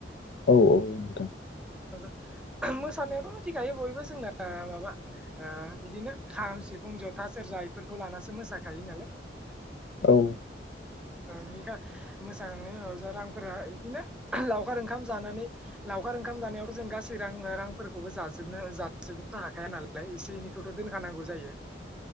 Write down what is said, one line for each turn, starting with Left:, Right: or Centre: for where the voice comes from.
Left: औ औ नोंथां।
Centre: मोसानायाथ' मिथिखायो बयबो जोंना माबा आ बिदिनो खाम, सिफुं, जथा, सेरजा बेफोरखौ लानासो मोसाखायो नालाय।
Left: औ।
Centre: नोंनिखा मोसांनायनि उनाव जा रांफोरा इदिनो लावखार ओंखाम जानानै लावखार ओंखाम जानायावथ' जों गासै रां रांफोरखौबो जाजोबनो जाजोबनो हाखाया नालाय एसे एनै खौथ' दोनखानांगौ जायो।